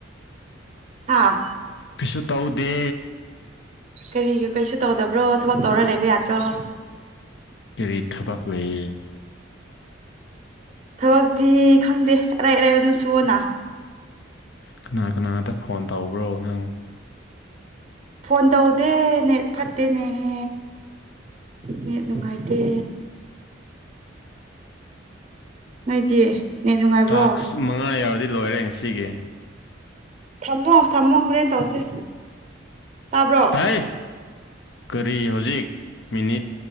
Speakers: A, on the right; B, on the left.
A: ꯑꯥ
B: ꯀꯩꯁꯨ ꯇꯧꯗꯦ
A: ꯀꯔꯤ ꯀꯩꯁꯨ ꯇꯧꯗꯕ꯭ꯔꯣ ꯊꯕꯛ ꯇꯧꯔ ꯂꯩꯕ ꯌꯥꯗ꯭ꯔꯣ
B: ꯀꯔꯤ ꯊꯕꯛ ꯂꯩ
A: ꯊꯕꯛꯇꯤ ꯈꯪꯗꯦ ꯑꯔꯥꯏ ꯑꯔꯥꯏꯕ ꯑꯗꯨꯝ ꯁꯨꯑꯣꯅ
B: ꯀꯅꯥ ꯀꯅꯥꯗ ꯐꯣꯟ ꯇꯧꯕ꯭ꯔꯣ ꯅꯪ
A: ꯐꯣꯟ ꯇꯧꯗꯦ ꯠꯅꯦ ꯐꯠꯇꯦꯅꯦ ꯍꯦ ꯅꯦꯠ ꯅꯨꯡꯉꯥꯏꯇꯦ ꯅꯣꯏꯗꯤ ꯅꯦꯠ ꯅꯨꯡꯉꯥꯏꯕ꯭ꯔꯣ
B: ꯇꯥꯛꯁ ꯃꯉꯥ ꯌꯥꯎꯔꯗꯤ ꯂꯣꯏꯔꯦ ꯉꯁꯤꯒꯤ
A: ꯊꯝꯃꯣ ꯊꯝꯃꯣ ꯍꯣꯔꯦꯟ ꯇꯧꯁꯦ ꯇꯥꯕ꯭ꯔꯣ
B: ꯇꯥꯏ ꯀꯔꯤ ꯍꯧꯖꯤꯛ ꯃꯤꯅꯤꯠ